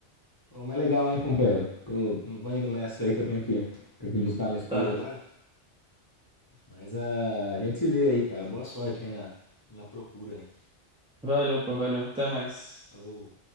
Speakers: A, on the left; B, in the centre.
A: Ô, mas legal, hein, companheiro? Tô, vou indo nessa aí que eu tenho que, tenho que buscar minha esposa
B: Tá.
A: agora. Mas ah, a gente se vê aí, cara. Boa sorte aí na, Na procura, hein?
B: Valeu, pô, valeu. Até mais.
A: Falou.